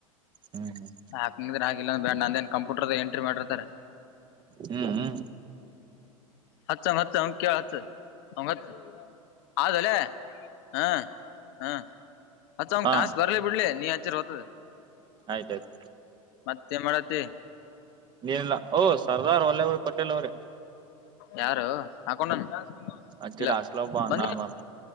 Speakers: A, on the right; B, on the left.
A: ಹ್ಮ್ ಹ್ಮ್
B: ಹಾಕ್ಂಗ್ರೆ ಆಿಲ್ಲ ಬ ನಂದೇನ್ ಕಂಪ್ಯೂಟರ್ ಎಂಟ್ರಿ ಮಾಡಿರ್ತಾರೆ
A: ಹ್ಮ ಹ
B: ಹತ್ಂಗ ಹತ್ಂಗ ಕೇಳ ಹತ್ ಹಂಗ ಹತ್ ಆದದಲ್ಲೇ ಹಾ ಹಾ ಅತ್ತ ಅವಂಗ
A: ಹಾ
B: ಟಾಸ್ಕ್ ಬರ್ಲಿ ಬಿಡ್ಲಿ ನೀ ಹಚ್ಚರ್ ಹ್ತದ
A: ಆಯ್ತಾಯ್ತು
B: ತ ಮಾಡತ್ತ
A: ನೀನಲ್ಲ ಓ ಸರ್ದಾರ್ ವಲ್ಲಭಭಾಯ್ ಪಟೇಲ್ ಅವ್ರೆ
B: ಯಾರು ಹಾಕೊಂಡನ್
A: ಅಚ್ಚಿಡ
B: ಇಲ್ಲ
A: ಹಾಸ್ಟ್ಲ ಒಬ್ಬ ಅಣ್ಣ
B: ಬನ್ನಿ
A: ಅದಾನ